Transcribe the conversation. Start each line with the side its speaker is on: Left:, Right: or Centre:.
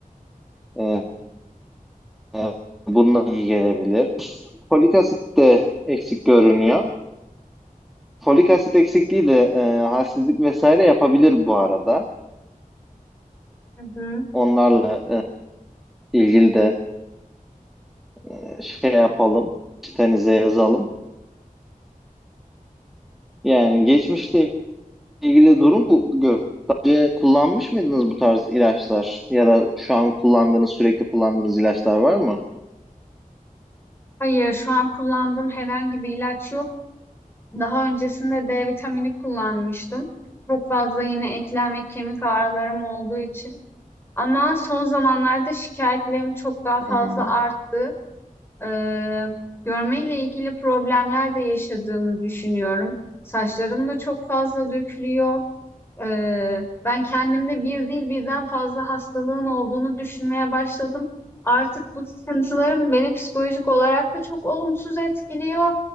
Centre: E, e, bununla iyi gelebilir. Folik asit de eksik görünüyor. Folik asit eksikliği de e, halsizlik vesaire yapabilir bu arada.
Left: Hı hı.
Centre: Onlarla e, ilgili de e, şey yapalım, çitenize yazalım. Yani geçmişte ilgili durum bu. Önce kullanmış mıydınız bu tarz ilaçlar ya da şu an kullandığınız, sürekli kullandığınız ilaçlar var mı?
Left: Hayır, şu an kullandığım herhangi bir ilaç yok. Daha öncesinde D vitamini kullanmıştım. Çok fazla yine eklem ve kemik ağrılarım olduğu için. Ama son zamanlarda şikayetlerim çok daha
Centre: Hmm,
Left: fazla arttı. Ee, görmeyle ilgili problemler de yaşadığımı düşünüyorum. Saçlarım da çok fazla dökülüyor. Ee, ben kendimde bir değil birden fazla hastalığın olduğunu düşünmeye başladım. Artık bu sıkıntılarım beni psikolojik olarak da çok olumsuz etkiliyor.